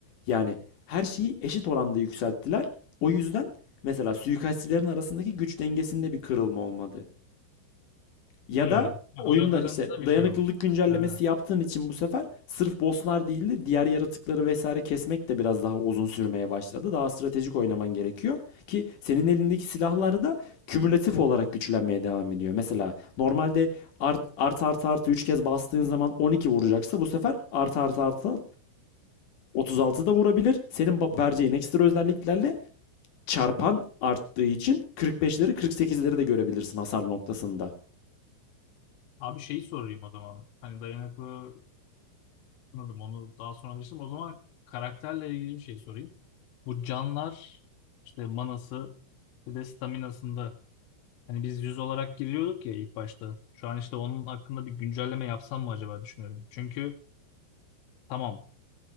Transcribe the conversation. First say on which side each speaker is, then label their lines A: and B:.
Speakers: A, on the left (about 55°); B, on the left (about 80°).
A: Yani her şeyi eşit oranda yükselttiler. O yüzden mesela suikastçilerin arasındaki güç dengesinde bir kırılma olmadı. Ya
B: Hmm.
A: da oyunda
B: Aralarında
A: işte
B: bir
A: dayanıklılık
B: şey yok.
A: güncellemesi
B: Ha.
A: yaptığın için bu sefer sırf bosslar değil de diğer yaratıkları vesaire kesmek de biraz daha uzun sürmeye başladı. Daha stratejik oynaman gerekiyor ki senin elindeki silahlar da kümülatif olarak güçlenmeye devam ediyor. Mesela normalde art art art artı 3 kez bastığın zaman 12 vuracaksa bu sefer art art artı 36 da vurabilir. Senin ba- vereceğin ekstra özelliklerle çarpan arttığı için 45'leri 48'leri de görebilirsin hasar noktasında.
B: Abi şeyi sorayım o zaman. Hani dayanıklı anladım onu daha sonra anlaşılır. O zaman karakterle ilgili bir şey sorayım. Bu canlar işte manası bir de staminasında hani biz yüz olarak giriyorduk ya ilk başta. Şu an işte onun hakkında bir güncelleme yapsam mı acaba düşünüyorum. Çünkü tamam